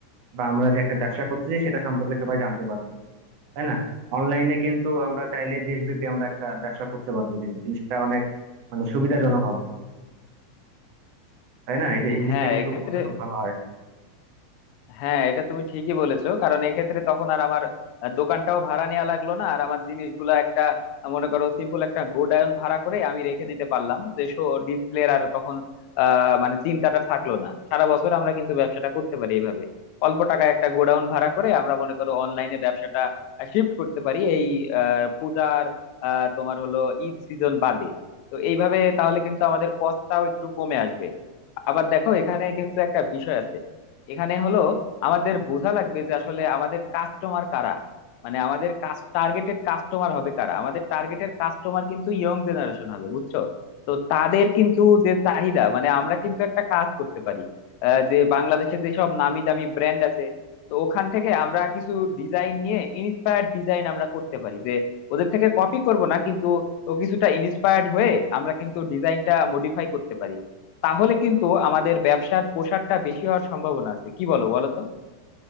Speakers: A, on the right (about 50°); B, on the left (about 50°).
A: বা আমরা যে একটা ব্যবসা করতেছি সেটা সম্পর্কে সবাই জানতে পারবে তাই না অনলাইনে কিন্তু আমরা চাইলে দেশব্যাপী আমরা একটা ব্যবসা করতে পারবো কিন্তু জিনিসটা অনেক মানে সুবিধাজনক হবে তাই না এটা এই জিনিসটা
B: হ্যাঁ
A: কিন্তু
B: এক্ষেত্রে
A: করলে খুব ভালো হয়
B: হ্যাঁ এটা তুমি ঠিকই বলেছো কারণ এক্ষেত্রে তখন আর আমার আহ, দোকানটাও ভাড়া নেওয়া লাগলো না আর আমার জিনিসগুলো একটা আহ, মনে করো সিম্পল একটা গোডাউন ভাড়া করে আমি রেখে দিতে পারলাম যে শো ডিসপ্লে আর তখন আহ মানে চিন্তাটা থাকলো না সারা বছর আমরা কিন্তু ব্যবসাটা করতে পারি এইভাবে অল্প টাকায় একটা গোডাউন ভাড়া করে আমরা মনে করো অনলাইনে ব্যবসাটা শিফট করতে পারি এই আহ পূজার আহ তোমার হলো ঈদ সিজন বাদে তো এইভাবে তাহলে কিন্তু আমাদের কষ্টটাও একটু কমে আসবে আবার দেখো এখানে কিন্তু একটা বিষয় আছে এখানে হলো আমাদের বোঝা লাগবে যে আসলে আমাদের কাস্টমার কারা মানে আমাদের কাজ টার্গেটেড কাস্টমার হবে কারা আমাদের টার্গেটেড কাস্টমার কিন্তু ইয়ং জেনারেশন হবে বুঝছো তো তাদের কিন্তু যে চাহিদা মানে আমরা কিন্তু একটা কাজ করতে পারি আহ, যে বাংলাদেশে যেসব নামি দামি ব্র্যান্ড আছে তো ওখান থেকে আমরা কিছু ডিজাইন নিয়ে ইন্সপায়ার্ড ডিজাইন আমরা করতে পারি যে ওদের থেকে কপি করব না কিন্তু ও কিছুটা ইন্সপায়ার্ড হয়ে আমরা কিন্তু ডিজাইনটা মডিফাই করতে পারি তাহলে কিন্তু আমাদের ব্যবসার প্রসারটা বেশি হওয়ার সম্ভাবনা আছে কি বলো বলো তো